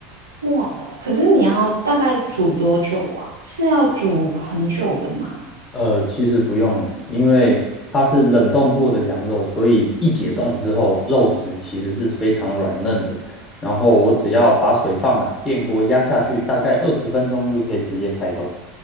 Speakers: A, on the right; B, on the left.
A: 哇，可是你要大概煮多久啊？是要煮很久的吗？
B: 呃，其实不用诶，因为它是冷冻过的羊肉，所以一解冻之后，
A: 嗯。
B: 肉质其实是非常软嫩的。然后我只要把水放满，电锅压下去，大概二十分钟就可以直接开动。